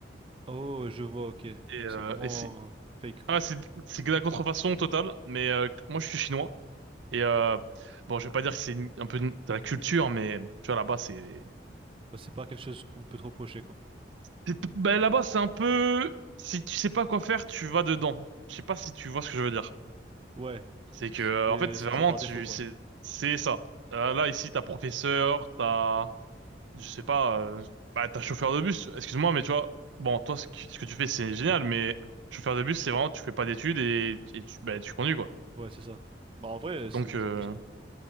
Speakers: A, on the right (about 30°); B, on the right (about 85°).
A: Oh, je vois. Ok.
B: Et,
A: Donc
B: euh,
A: c'est vraiment
B: et c'est
A: fake, quoi.
B: ah c'est c'est que la contrefaçon totale. Mais euh, moi je suis chinois et euh, bon je vais pas dire que c'est une- un peu une- de la culture, mais tu vois là-bas c'est
A: Ouais, c'est pas quelque chose qu'on peut te reprocher, quoi.
B: c'est- ben là-bas c'est un peu si tu sais pas quoi faire tu vas dedans. Je sais pas si tu vois ce que je veux dire.
A: Ouais.
B: C'est
A: C'est
B: que euh, en fait c'est
A: c'est
B: vraiment
A: le choix par
B: tu
A: défaut, quoi.
B: c'est c'est ça. Euh, là ici t'as professeur, t'as je sais pas, euh, bah, t'as chauffeur de bus, excuse-moi, mais tu vois, bon, toi, ce que, ce que tu fais, c'est génial, mais chauffeur de bus, c'est vraiment, tu fais pas d'études et, et tu, bah, tu conduis, quoi.
A: Ouais, c'est ça. Bah en vrai,
B: Donc,
A: c'est
B: euh,
A: c'est un peu ça.